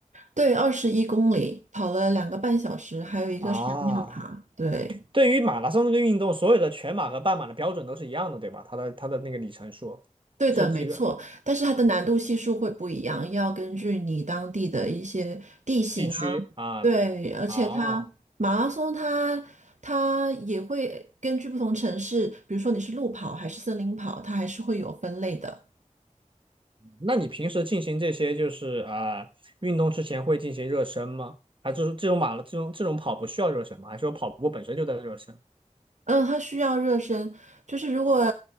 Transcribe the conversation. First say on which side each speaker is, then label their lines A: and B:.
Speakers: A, on the right; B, on the right.
A: 对，二十一公里，跑了两个半小时，还有一个山尿爬。
B: 啊？
A: 对。
B: 对于马拉松这个运动，所有的全马和半马的标准都是一样的，对吧？它的它的那个里程数是几个？
A: 对的，没错，但是它的难度系数会不一样，要根据你当地的一些地形啊，
B: 地区啊，
A: 对，而且它马拉松它它也会根据不同城市，
B: 哦，
A: 比如说你是路跑还是森林跑，它还是会有分类的。
B: 那你平时进行这些就是啊运动之前会进行热身吗？还是这种马拉这种这种跑步需要热身吗？还是说跑步本身就在热身？
A: 嗯，它需要热身，就是如果